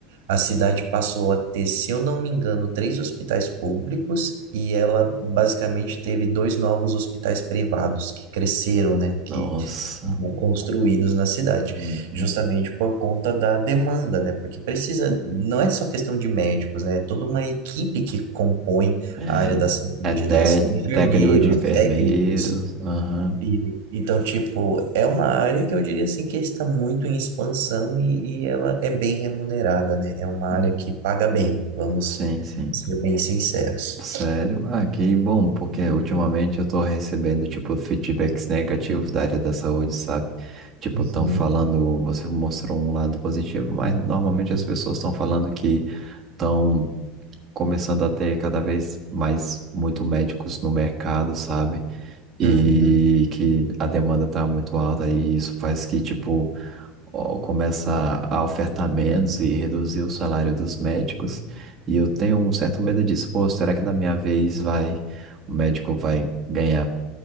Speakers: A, on the right (about 80°); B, on the right (about 25°).
A: a cidade passou a ter, se eu não me engano, três hospitais públicos e ela basicamente teve dois novos hospitais privados que cresceram, né, que
B: Nossa.
A: foram construídos na cidade,
B: Uhum.
A: justamente por conta da demanda, né, porque precisa, não é só questão de médicos, né, é toda uma equipe que compõe
B: É,
A: a área da saúde,
B: é té-
A: né, são enfermeiros,
B: técnico de enfermeiros.
A: técnicos,
B: Aham.
A: e- então, tipo, é uma área que eu diria assim que está muito em expansão e, e ela é bem remunerada, né? É uma área
B: Uhum.
A: que paga bem, vamos
B: Sim, sim.
A: ser bem sinceros.
B: Sério? Ah, que bom, porque ultimamente eu tô recebendo, tipo, feedbacks negativos da área da saúde, sabe? Tipo,
A: Uhum,
B: estão falando, você mostrou um lado positivo, mas normalmente as pessoas estão falando que estão começando a ter cada vez mais muito médicos no mercado, sabe? E
A: uhum,
B: que a demanda tá muito alta e isso faz que, tipo, ó, começa a ofertar menos e reduzir o salário dos médicos. E eu tenho um certo medo disso. Pô, será que da minha vez vai, o médico vai ganhar